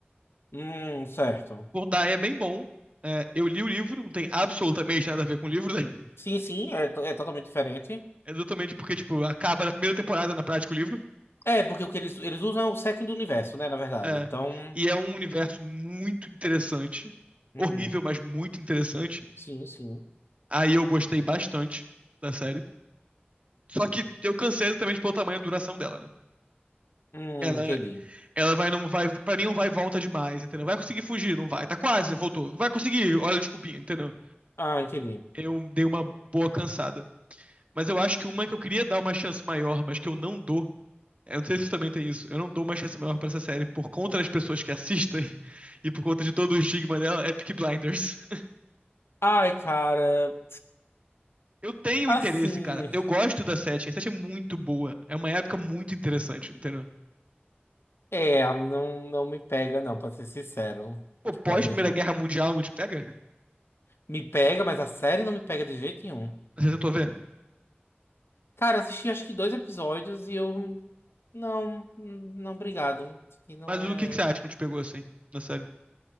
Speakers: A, on the left; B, on the right.
A: Hum, certo.
B: Cordaia é bem bom. É, eu li o livro, não tem absolutamente nada a ver com o livro, né?
A: Sim, sim, é, to- é totalmente diferente.
B: É totalmente porque, tipo, acaba na primeira temporada, na prática, o livro.
A: É, porque o que eles, eles usam é o setting do universo, né, na verdade.
B: É,
A: Então,
B: e é um universo muito interessante.
A: uhum.
B: Horrível, mas muito interessante.
A: Sim, sim.
B: Aí eu gostei bastante da série. Só que eu cansei exatamente pelo tamanho e duração dela, né?
A: Hum,
B: Ela,
A: entendi.
B: ela vai, não vai, pra mim não vai e volta demais, entendeu? Vai conseguir fugir, não vai. Tá quase, voltou. Não vai conseguir, olha, desculpinha, entendeu?
A: Ah, entendi.
B: eu dei uma boa cansada. Mas eu acho que uma que eu queria dar uma chance maior, mas que eu não dou. Eu não sei se você também tem isso. Eu não dou uma chance maior pra essa série por conta das pessoas que assistem <laughs> e por conta de todo o estigma dela, é Peaky Blinders. <laughs>
A: Ai, cara.
B: Eu tenho
A: Assim.
B: interesse, cara. Eu gosto da sete A sete é muito boa. É uma época muito interessante, entendeu?
A: É, não, não me pega, não, pra ser sincero.
B: Pô,
A: Peaky
B: pós
A: Blinders,
B: Primeira
A: não.
B: Guerra Mundial não te pega?
A: Me pega, mas a série não me pega de jeito nenhum.
B: Você tentou ver?
A: Cara, eu assisti acho que dois episódios e eu. Não, não, obrigado. Isso aqui não
B: Mas
A: é.
B: o que que você acha que não te pegou assim, na série?